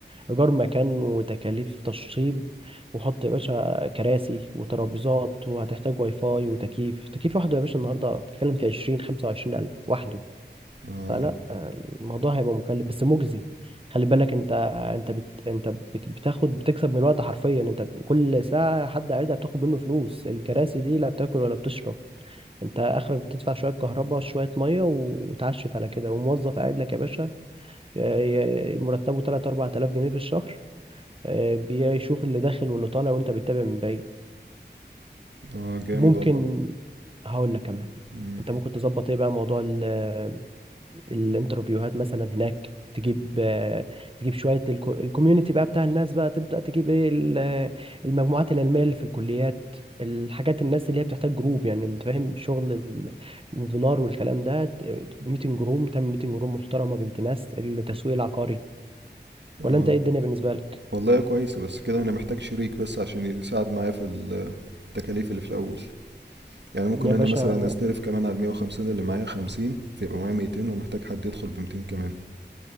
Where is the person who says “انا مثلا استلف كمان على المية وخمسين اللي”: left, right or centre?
Right